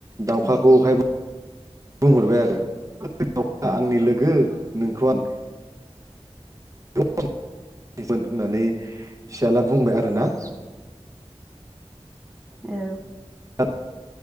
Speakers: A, on the right (about 30°); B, in the centre.
A: दाउखाखौहायबो
B: उम
A: बुंहरबाय आरो <unintelligible>
B: उम
A: आंनि लोगो नोंखौ आं <unintelligible> होननानै फसाला बुंबाय आरोना
B: औ
A: <unintelligible>